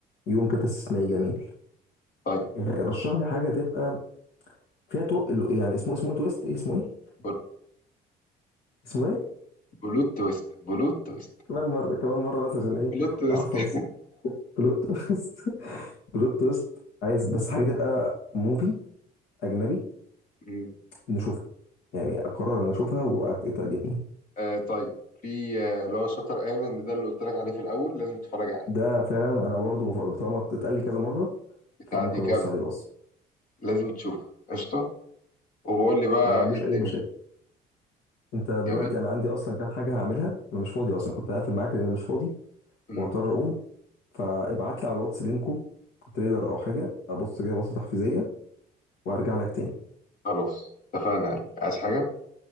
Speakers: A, on the left; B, on the left.
A: يوم كده استثنائي جميل
B: طيب
A: آه، رشح لي حاجه تبقى فيها تو... يعني اسمه اسمه ايه تويست إيه اسمه ايه
B: بل-
A: اسمه ايه
B: بلوت تويست بلوت تويست
A: كمان مره كمان مره بس عشان ايه
B: بلوت تويست
A: احفظ
B: <laughs>
A: بلوت تويست <laughs> بلوت تويست عايز بس حاجه تبقى موفي اجنبي
B: مم.
A: نشوفها يعني اقرر انا اشوفها وتعجبني
B: آه طيب في آه، اللي هو شاتر ايلاند ده اللي قلت لك عليه في الاول لازم تتفرج عليه
A: ده فعلا انا برضو بف- طالما اتقال لي كذا مره
B: بتاع
A: فممكن
B: ديكابريو
A: ابص عليه بص
B: لازم تشوفه قشطه وبقول لي بقى
A: انا ما عنديش
B: ايه الدنيا
A: اي مشاكل انت دلوقتي
B: جميل
A: انا عندي اصلا كام حاجه هعملها ما مش فاضي اصلا كنت هقفل معاك لان أنا مش فاضي
B: مم.
A: وهضطر اقوم فابعت لي على الواتس لينكو تريلر او حاجه ابص كده بصه تحفيزيه وارجع لك تاني
B: خلاص اتفقنا يا قلبي. عايز حاجه